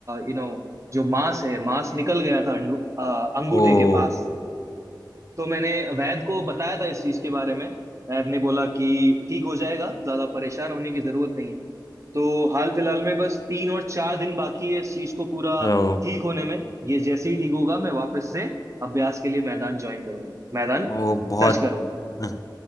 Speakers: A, on the right; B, on the left.
A: यू नो जो मांस है मांस निकल गया था अंडू आ, अंगूठे
B: ओ
A: के पास से तो मैंने वैद को बताया था इस चीज के बारे में वैद ने बोला कि ठीक हो जाएगा ज्यादा परेशान होने की जरूरत नहीं है तो हाल फिलहाल में बस तीन और चार दिन बाकी है इस चीज को पूरा
B: ओ,
A: ठीक होने में ये जैसे ही ठीक होगा मैं वापस से अभ्यास के लिए मैदान ज्वाइन करूंगा मैदान
B: ओ बहुत
A: टच करूंगा
B: अ,